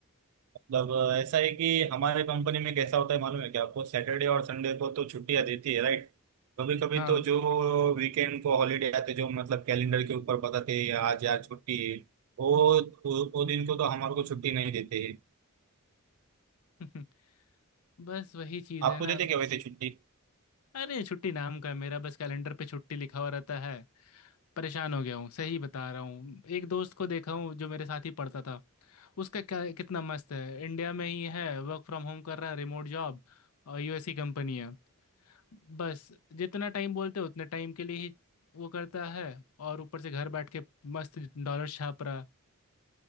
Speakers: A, on the right (about 75°); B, on the left (about 70°).
A: मतलब अ, ऐसा है कि हमारे कंपनी में कैसा होता है मालूम है क्या आपको सैटरडे और संडे को तो छुट्टियाँ देती है राइट कभी कभी
B: हाँ
A: तो जो वीकेंड को हॉलीडे आते जो मतलब कैलेंडर के ऊपर बताते हैं आज यार छुट्टी है वो वो वो दिन को तो हमारे को छुट्टी नहीं देते हैं
B: <laughs> बस वही चीज़
A: आपको
B: है ना
A: देते क्या वैसे छुट्टी
B: अरे छुट्टी नाम का है मेरा बस कैलेंडर पे छुट्टी लिखा हुआ रहता है परेशान हो गया हूँ सही बता रहा हूँ एक दोस्त को देखा हूँ जो मेरे साथ ही पढ़ता था उसका क्या कितना मस्त है इंडिया में ही है वर्क फ्रॉम होम कर रहा है रिमोट जॉब और यूएस की कंपनी है बस जितना टाइम बोलते हैं उतने टाइम के लिए ही वो करता है और ऊपर से घर बैठ के मस्त डॉलर छाप रहा है।